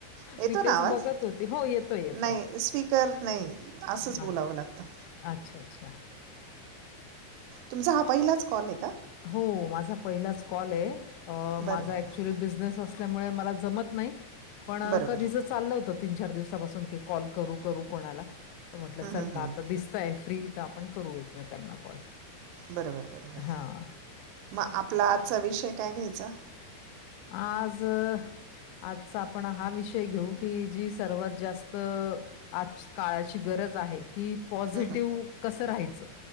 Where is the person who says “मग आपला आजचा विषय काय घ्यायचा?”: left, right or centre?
Right